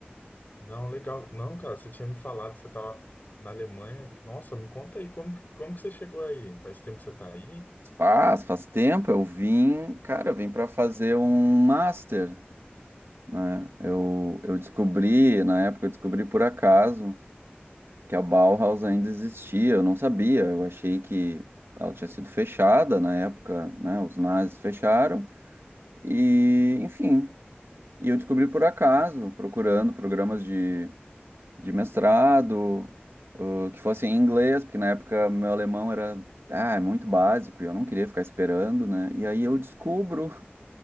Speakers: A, on the left; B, on the right.
A: Não, legal. Não, cara, você tinha me falado que você tava na Alemanha. Nossa, me conta aí, como, que- como que você chegou aí? Faz tempo que você tá aí?
B: Faz, faz tempo. Eu vim, cara, eu vim pra fazer um master, né? Eu, eu descobri, na época eu descobri por acaso que a Bauhaus ainda existia, eu não sabia, eu achei que ela tinha sido fechada na época, né? Os nazis fecharam e, enfim, e eu descobri por acaso, procurando programas de, de mestrado, ãh, que fossem em inglês, porque na época meu alemão era ah, muito básico e eu não queria ficar esperando, né? E aí eu descubro <laughs>